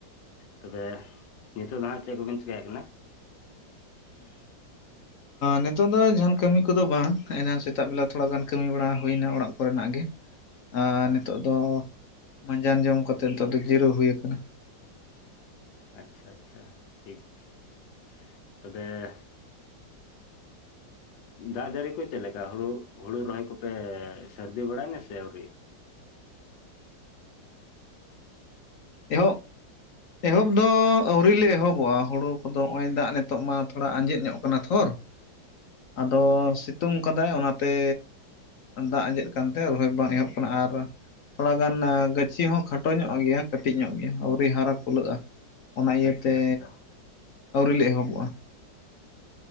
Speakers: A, on the left; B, on the left.
A: ᱛᱚᱵᱮ ᱱᱤᱛᱳᱜ ᱫᱚ ᱦᱟᱸᱜ ᱪᱮᱫ ᱠᱚᱵᱮᱱ ᱪᱮᱠᱟᱭᱮᱫ ᱠᱟᱱᱟ? <inaudible>
B: ᱱᱤᱛᱚᱜ ᱫᱚ ᱡᱟᱦᱟᱱ ᱠᱟᱹᱢᱤ ᱠᱚᱫᱚ ᱵᱟᱝ ᱾ ᱮᱱᱟᱱ ᱥᱮᱛᱟᱜ ᱵᱮᱞᱟ ᱛᱷᱚᱲᱟ ᱜᱟᱱ ᱠᱟᱹᱢᱤ ᱵᱟᱲᱟ ᱦᱩᱭ ᱮᱱᱟ ᱚᱲᱟᱜ ᱠᱚᱨᱮᱱᱟᱜ ᱜᱮ ᱾
A: <inaudible>
B: ᱟᱨ
A: ᱟᱪᱪᱷᱟ
B: ᱱᱤᱛᱚᱜ ᱫᱚ ᱢᱟᱸᱡᱟᱱ ᱡᱚᱢ ᱠᱟᱛᱮᱫ ᱱᱤᱛᱚᱜ ᱫᱚ ᱡᱤᱨᱟᱹᱣ ᱦᱩᱭ ᱟᱠᱟᱱᱟ ᱾
A: ᱟᱪᱪᱷᱟ ᱟᱪᱪᱷᱟ, ᱴᱷᱤᱠ ᱾ ᱛᱚᱵᱮ ᱟᱸᱻ, ᱫᱟᱜ ᱡᱟᱹᱲᱤ ᱠᱚ ᱪᱮᱫ ᱞᱮᱠᱟ ᱦᱩᱲᱩ ᱦᱩᱲᱩ ᱨᱚᱦᱚᱭ ᱠᱚᱯᱮ ᱥᱟᱹᱨᱫᱤ ᱵᱟᱲᱟᱭ ᱮᱱᱟ ᱥᱮ ᱟᱹᱣᱨᱤ?
B: ᱮᱦᱚᱵ ᱮᱦᱚᱵ ᱫᱚ ᱟᱹᱣᱨᱤ ᱞᱮ ᱮᱦᱚᱵᱚᱜᱼᱟ ᱾ᱦᱩᱲᱩ ᱠᱚᱫᱚ ᱱᱚᱜ-ᱚᱭ ᱫᱟᱜ ᱱᱤᱛᱚᱜ ᱢᱟ ᱛᱷᱚᱲᱟ ᱟᱸᱡᱮᱫ ᱧᱚᱜ ᱟᱠᱟᱱᱟ ᱛᱷᱚᱨ ᱾
A: <inaudible>
B: ᱟᱫᱚ ᱥᱤᱛᱩᱝ ᱠᱟᱫᱟᱭ ᱚᱱᱟ ᱛᱮ ᱫᱟᱜ ᱟᱸᱡᱮᱫ ᱟᱠᱟᱱ ᱛᱮ ᱨᱚᱦᱚᱭ ᱵᱟᱝ ᱮᱦᱚᱵ ᱟᱠᱟᱱᱟ ᱟᱨ ᱛᱷᱚᱲᱟ ᱜᱟᱱ ᱜᱟᱹᱪᱷᱤ ᱦᱚᱸ ᱠᱷᱟᱴᱚ ᱧᱚᱜ ᱜᱮᱭᱟ ᱠᱟᱹᱴᱤᱡ ᱧᱚᱜ ᱜᱮᱭᱟ ᱟᱹᱣᱨᱤ ᱦᱟᱨᱟ ᱠᱩᱞᱟᱹᱜᱼᱟ ᱾ ᱚᱱᱟ ᱤᱭᱟᱹᱛᱮ
A: ᱟᱪᱪᱷᱟ ᱟᱪᱪᱷᱟ
B: ᱟᱹᱣᱨᱤ ᱞᱮ ᱮᱦᱚᱵᱚᱜᱼᱟ ᱾